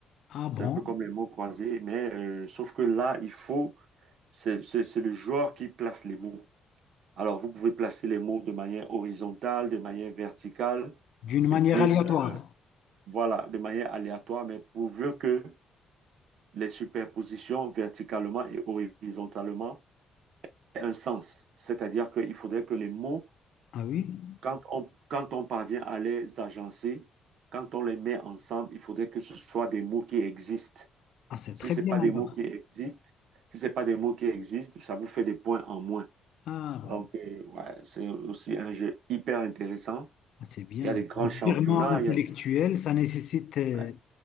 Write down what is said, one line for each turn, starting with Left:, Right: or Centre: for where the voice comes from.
Left: Ah bon?
Right: C'est un peu comme les mots croisés, mais euh, sauf que là, il faut, c'est c'est- c'est le joueur qui place les mots. Alors, vous pouvez placer les mots de manière horizontale, de manière verticale,
Left: D'une manière
Right: et puis
Left: aléatoire.
Right: euh, voilà, de manière aléatoire, mais pourvu que les superpositions verticalement et horizontalement aient un sens. C'est-à-dire qu'il faudrait que les mots,
Left: Ah oui?
Right: quand on, quand on parvient à les agencer, quand on les met ensemble, il faudrait que ce soit des mots qui existent.
Left: Ah, c'est
Right: Si
Left: très
Right: ce
Left: bien
Right: n'est pas des
Left: alors.
Right: mots qui existent, si ce n'est pas des mots qui existent, ça vous fait des points en moins.
Left: Ah bon,
Right: Donc, euh, ouais, c'est aussi un jeu hyper intéressant.
Left: Ah, c'est bien.
Right: Il y a des grands
Left: C'est
Right: championnats,
Left: purement intellectuel,
Right: il y a des-
Left: ça nécessite euh,
Right: ouais.